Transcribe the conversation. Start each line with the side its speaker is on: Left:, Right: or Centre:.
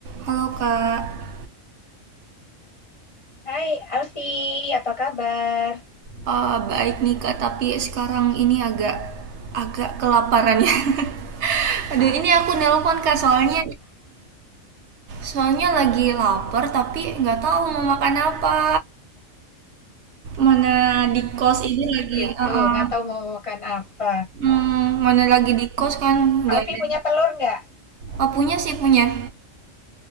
Right: Halo Kak,
Left: Hai Alfi, apa kabar?
Right: Eh, baik nih Kak, tapi sekarang ini agak agak kelaparan ya. <laughs> Aduh, ini aku nelpon Kak, soalnya soalnya lagi lapar tapi nggak tahu mau makan apa. Mana di kos ini lagi,
Left: Gitu,
Right: eh, eh,
Left: nggak tahu mau makan apa.
Right: hmm, mana lagi di kos kan nggak
Left: Alfi
Right: ada.
Left: punya telur nggak?
Right: Oh, punya sih punya.